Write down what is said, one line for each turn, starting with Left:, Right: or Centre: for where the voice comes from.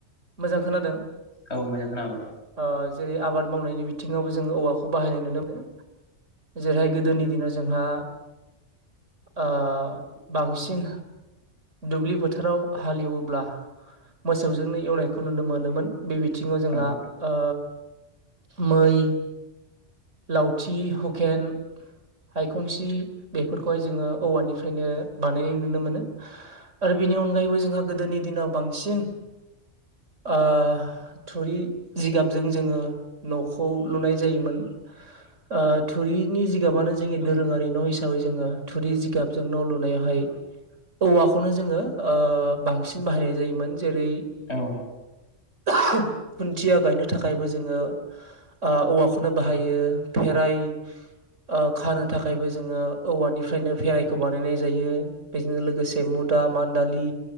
Right: मोजां खोनादों
Left: औ मोजां खोनाबाय
Right: ओ जेरै आबाद मावनायनि बिथिंङावबो जोंङो औवाखौ बाहायनाय नुनो मोनो। जेरैहाय गोदोनि दिनाव जोंहा ओ बांसिन दुब्लि फोथाराव हालेवोब्ला मोसौजोंनो एवनायखौ नुनो मोनोमोन। बे बिथिंङाव जोंहा
Left: औ
Right: ओ मै, लावथि, हुकेन हायखंसि बेफोरखौहाय जोंङो औवानिफ्रायनो बानायनाय नुनो मोनो। आरो बिनि अनगायैबो जोंहा गोदोनि दिनाव बांसिन ओ‌ थुरि जिगाबजों जोंङो नखौ लुनाय जायोमोन। ओ थुरिनि जिगाबानो जोंनि दोरोंङारि न हिसाबै जोंङो थुरि जिगाबजों न' लुनायावहाय औवाखौनो जोंङो ओ बांसिन बाहायनाय जायोमोन। जेरै
Left: औ
Right: <inaudible> ओहो खुन्थिया गायनो थाखायबो जोंङो ओ‌ औवाखौनो बाहायो फेराइ <inaudible> ओ खानो थाखायबो जोंङो औवानिफ्रायनो भेराइखौ बानायनाय जायो बेजोंनो लोग लोगोसे मुदा मान्दालि